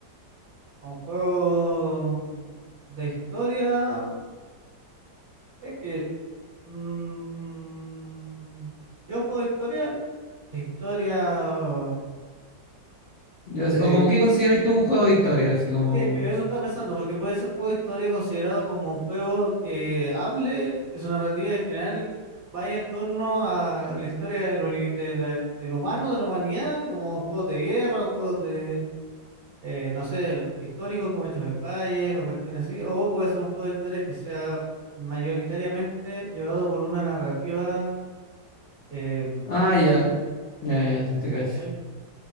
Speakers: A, on the right; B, on the left.
A: Un juego de historia. Es que mm, yo juego de historia, de historia.
B: Yo
A: eh,
B: sé- o como qué
A: de-
B: consideráis tú un juego de historia, así como.
A: es que eso estaba pensando, porque puede ser juego de historia considerado como un juego que hable, que su narrativa en general vaya en torno a la historia del, uni- de la- del humano, de la humanidad, como juegos de guerra, juegos de eh, no sé, histórico como Age of Empires o cuestiones así, o puede ser un juego de historia que sea mayoritariamente llevado por una narrativa, eh,
B: Ah, ya, ya, ya, sí te cacho.
A: ¿cachai?